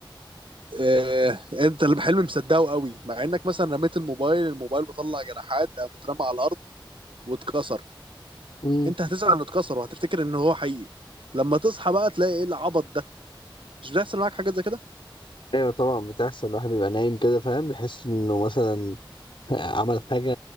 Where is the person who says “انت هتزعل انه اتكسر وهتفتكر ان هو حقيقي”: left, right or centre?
Right